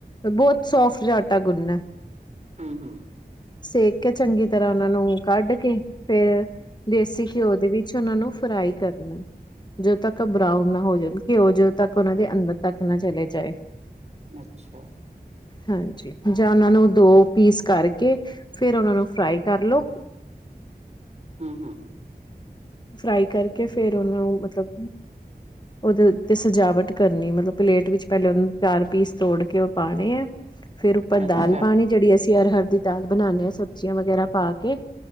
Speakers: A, on the left (about 25°); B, on the right (about 45°).
A: ਬੋਤ ਸੋਫਟ ਜਾ ਆਟਾ ਗੁੰਨਨੈ,
B: ਹਮ ਹਮ
A: ਸੇਕ ਕੇ ਚੰਗੀ ਤਰਾ ਓਨਾਂ ਨੂੰ ਕੱਢ ਕੇ ਫੇਰ ਦੇਸੀ ਘਿਓ ਦੇ ਵਿੱਚ ਓਨਾਂ ਨੂੰ ਫਰਾਈ ਕਰਨਾ, ਜਦੋ ਤੱਕ ਬਰਾਉਨ ਨਾ ਹੋ ਜਾਨ। ਘਿਓ ਜਦੋ ਤੱਕ ਓਨਾਂ ਦੇ ਅੰਦਰ ਤੱਕ ਨਾ ਚਲੇ ਜਾਏ।
B: ਅੱਛਾ
A: ਹਾਂਜੀ, ਜਾ ਓਨਾਂ ਨੂੰ ਦੋ ਪੀਸ ਕਰਕੇ ਫੇਰ ਓਨਾਂ ਨੂੰ ਫਰਾਈ ਕਰਲੋ।
B: ਹੂੰ, ਹੂੰ।
A: ਫਰਾਈ ਕਰਕੇ ਫੇਰ ਓਨੂੰ ਮਤਲਬ, ਓਦੇ ਉੱਤੇ ਸਜਾਵਟ ਕਰਨੀ, ਮਤਲਬ ਪਲੇਟ ਵਿੱਚ ਪੈਲੇ ਓਨੂੰ ਚਾਰ ਪੀਸ ਤੋੜ ਕੇ ਓ ਪਾਣੇ ਐ। ਫੇਰ ਉੱਪਰ
B: ਅੱਛਾ
A: ਦਾਲ ਪਾਣੀ ਜੇੜੀ ਅਸੀ ਅਰਹਰ ਦੀ ਦਾਲ ਬਣਾਨੇ ਆ ਸਬਜ਼ੀਆ ਵਗੈਰਾ ਪਾ ਕੇ।